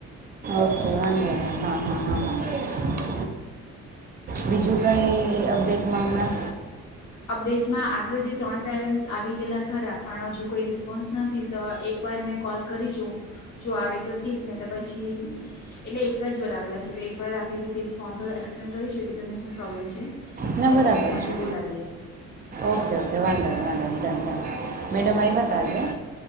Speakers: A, on the right; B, on the left.
A: ઓકે વાંધો નહીં હ હા હા હા. બીજું કઈ અપડેટમાં હમણાં.
B: અપડેટમાં આગળ જે ત્રણ પેરેન્ટ્સ આવી ગયેલા ખરા પણ હજુ કોઈ રિસ્પોન્સ નથી તો એકવાર એમને કોલ કરી જોઉં, જો આવે તો ઠીક ને તો પછી એટલે એક જ વાર આવેલા છે એકવાર આપણી રીતે ફોન પર એક્સપ્લેન કરી જોઈએ કે તમને શું પ્રોબ્લેમ છે.
A: ના
B: ને
A: બરાબર
B: ડેમો માટે
A: છે
B: બોલાવીએ.
A: ઓકે ઓકે, વાંધો નહીં વાંધો નહીં. ડન ડન મેડમ આવ્યા હતા આજે